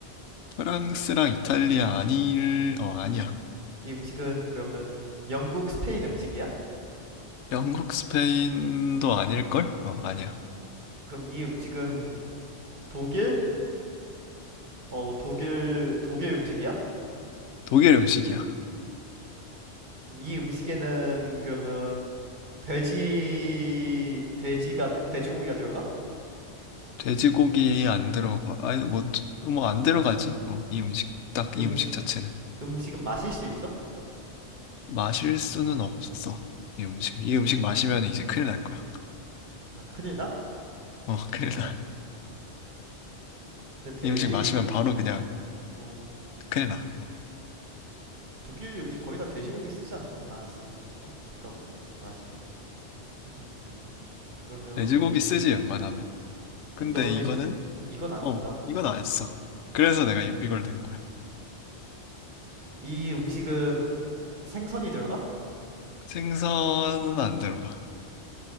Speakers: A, on the left; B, on the right.
A: 프랑스랑 이탈리아 아닐 어 아니야.
B: 이 음식은 그러면 영국 스페인 음식이야?
A: 영국 스페인도 아닐걸? 어 아니야.
B: 그럼 이 음식은 독일 어 독일 독일 음식이야?
A: 독일 음식이야.
B: 그럼 이 음식에는 그러면 돼지 돼지가 돼지고기가 들어가?
A: 돼지고기 안 들어가. 아니 뭐 뭐 안 들어가지? 어 이 음식 딱
B: 음식
A: 이 음식 자체는
B: 음식은 마실 수 있어?
A: 마실 수는 없어. 이 음식 이 음식 마시면 이제 큰일 날 거야.
B: 아, 큰일 나?
A: 어 <laughs> 큰일 나.
B: 근데 돼지,
A: 이 음식 마시면 바로 그냥
B: 어,
A: 큰일 나.
B: 독일 음식 거의 다 돼지고기 쓰지 않나? 안 쓰, 없나? 없다고? 맛이, 음, 그러면,
A: 돼지고기 쓰지 웬만하면. 근데
B: 음, 너가 돼지,
A: 이거는
B: 어, 이건 안
A: 어,
B: 쓴다고.
A: 이건 안 했어. 그래서 내가 이, 이걸 낸 거야.
B: 이 음식은 생선이 들어가?
A: 생선은 안 들어가.